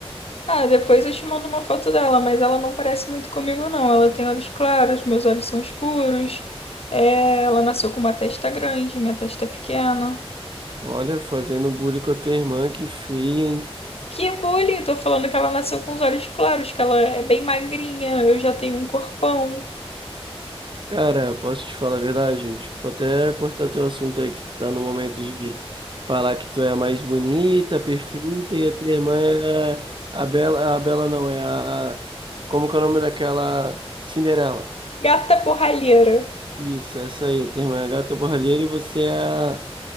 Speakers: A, on the left; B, on the right.
A: Ah, depois eu te mando uma foto dela, mas ela não parece muito comigo, não. Ela tem olhos claros, meus olhos são escuros. É, ela nasceu com uma testa grande, minha testa é pequena.
B: Olha, fazendo bullying com a tua irmã, que feia, hein?
A: Que bullying! Tô falando que ela nasceu com os olhos claros, que ela é bem magrinha, eu já tenho um corpão.
B: Cara, posso te falar a verdade? Desculpa até cortar teu assunto aí, que tu tá no momento de falar que tu é a mais bonita, perfeita, e a tua irmã é a a Bela, a Bela não, é a... Como que é o nome daquela? Cinderela.
A: Gata borralheira.
B: Isso, essa aí, a tua irmã é a gata borralheira e você é a,